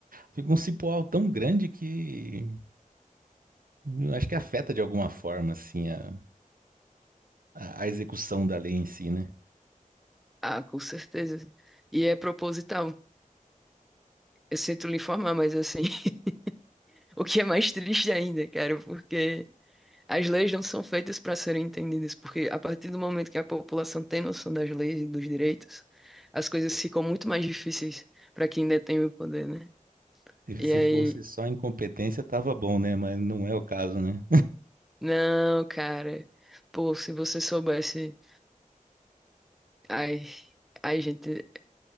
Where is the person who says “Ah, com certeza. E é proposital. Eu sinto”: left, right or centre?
Centre